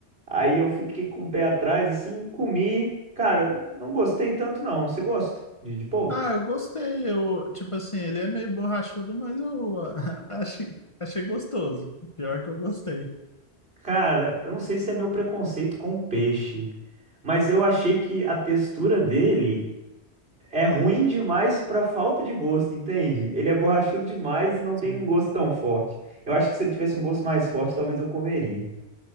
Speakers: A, on the right; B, on the left.
A: Aí eu fiquei com o pé atrás, assim, comi. Cara, não gostei tanto, não. Você gosta de, de polvo?
B: Ah, eu gostei. Eu, tipo assim, ele é meio borrachudo, mas eu <laughs> achei, achei gostoso. Pior que eu gostei.
A: Cara, eu não sei se é meu preconceito com peixe, mas eu achei que a textura dele é ruim demais pra falta de gosto, entende? Ele é borrachudo demais e não
B: Sim.
A: tem um gosto tão forte. Eu acho que se ele tivesse um gosto mais forte, talvez eu comeria.